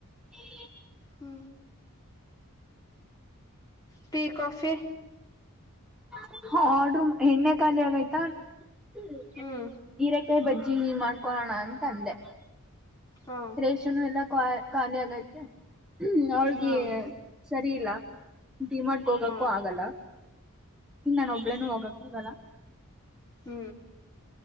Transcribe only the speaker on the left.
ಹಾ ಟಿ ಕಾಫಿ
ಹ್ಮ್
ಹಾ
ಹಾ
ಹಾ
ಹು